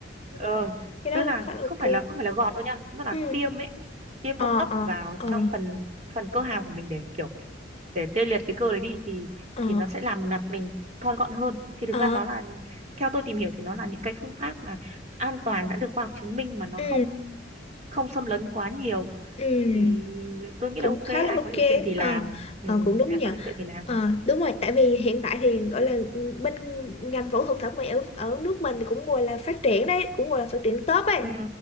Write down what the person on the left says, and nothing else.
cái đó
cũng khá là
ok.
Ừ,
ờ,
ờ,
ờ,
ờ,
ờ,
ừ,
ừ,
cũng
khá là
ok.
Ờ,
ờ cũng đúng
nhỉ.
Ờ, đúng rồi, tại vì hiện tại thì gọi là bên ngành phẫu thuật thẩm mỹ ở, ở nước mình thì cũng gọi là phát triển đấy, cũng gọi là phát triển tốt ấy.